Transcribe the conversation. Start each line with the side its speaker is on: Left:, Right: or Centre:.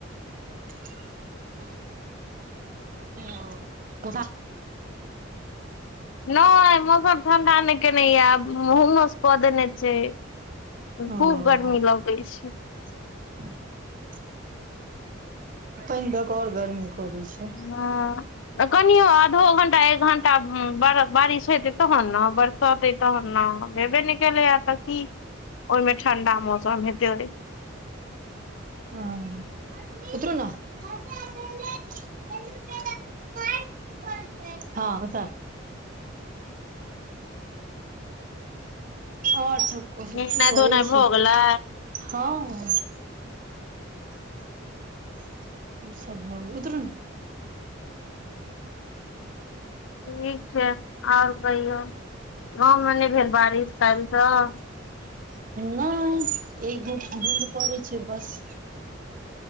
Right: ओ <unintelligible>
Left: नहि मौसम ठंडा नहि केने यै ब हूम्मस कऽ देने छै।
Right: ओ
Left: खूब गर्मी लगै छै।
Right: <inaudible> पानि दऽ कऽ आओर गर्मी कऽ दै छै।
Left: हॅं कनियो आधो घंटा एक घंटा बार बारिश हेतै तहन न बर सते तहन न भेबे नहि केलैयै तऽ की ओहिमे ठंडा मौसम हेतै
Right: हँ उतरू न <unintelligible> हँ उतर आओर सब कहै,
Left: नहेनाइ
Right: की करै
Left: धोनाइ
Right: छी?
Left: भऽ गेलै
Right: हँ ओ सब भ गेलै उतरु न
Left: ठीक छै आओर कहियौ गाँवमे नहि भेल बारिश काइलस?
Right: नहि एक दू बुन्द पड़ै छै बस